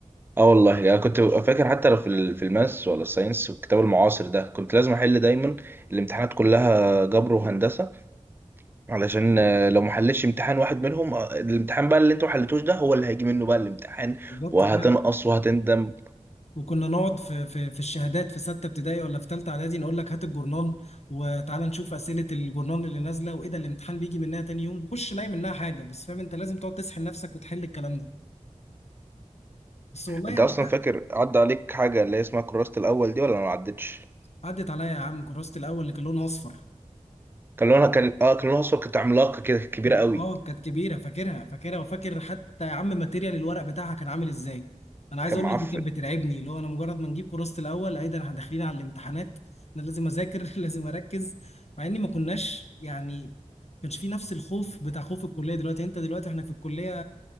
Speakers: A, on the right (about 15°); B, on the left (about 55°).
A: اه والله انا يعني كنت فاكر حتى لو في ال- في الماس ولا الساينس والكتاب المعاصر ده كنت لازم احل دايما الامتحانات كلها جبر وهندسه علشان آه، لو ما حلتش امتحان واحد منهم آه، الامتحان بقى اللي انتوا ما حلتوش ده هو اللي هيجي منه بقى الامتحان
B: بالظبط
A: وهتنقص
B: فعلا
A: وهتندم
B: وكنا نقعد في في في الشهادات في ستة ابتدائي ولا في تالتة اعدادي نقول لك هات الجورنال وتعالى نشوف أسئلة الجورنال اللي نازلة وايه ده الامتحان بيجي منها تاني يوم بخش الاقي منها حاجة بس فاهم انت لازم تقعد تسحل نفسك وتحل الكلام ده بس والله
A: انت
B: يعني
A: اصلا فاكر عدى عليك حاجه اللي هي اسمها كراسه الاول دي ولا ما عدتش
B: عدت عليا يا عم كراسة الاول اللي كان لونها اصفر
A: كان لونها كان اه كان لونها اصفر كانت عملاقه كده كبيره
B: كانت-
A: قوي
B: اه كانت كبيره فاكرها فاكرها وفاكر حتى يا عم ماتيريال الورق بتاعها كان عامل ازاي انا عايز
A: كان
B: اقول
A: معفن
B: لك دي كانت بترعبني اللي هو انا مجرد ما نجيب كراسه الاول ايه ده احنا داخلين على الامتحانات انا لازم اذاكر <laughs> لازم اركز مع اني ما كناش يعني ما كانش في نفس الخوف بتاع خوف الكليه دلوقتي انت دلوقتي احنا في الكليه